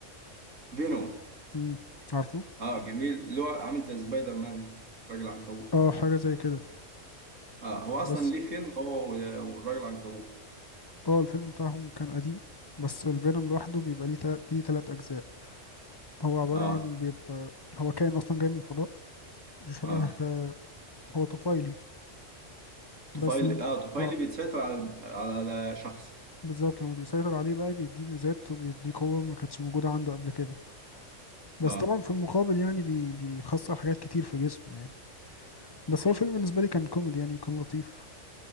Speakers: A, on the right; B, on the left.
A: فينوم
B: امم عارفه
A: اه جميل اللي هو عامل زي سبايدر مان راجل عنكبوت
B: اه حاجة زي كده
A: اه هو اصلا
B: بس
A: ليه فيلم هو و- والراجل العنكبوت
B: اه الفيلم بتاعهم كان قديم بس الفينوم لوحده بيبقى ليه تلات ليه تلات أجزاء هو عبارة
A: اه
B: عن بيبقى هو كائن أصلا جاي من الفضاء شبه
A: اه
B: آه، هو طفيلي بس
A: طفيلي
B: لم-
A: اه طفيلي
B: اه
A: بيتسيطر على على شخص
B: بالظبط لما بيسيطر عليه بقى بيديه ميزات وبيديه قوة ما كانتش موجودة عنده قبل كده بس
A: اه
B: طبعا في المقابل يعني بي... بيخسر حاجات كتير في جسمه يعني بس هو الفيلم بالنسبة لي كان كوميدي يعني وكان لطيف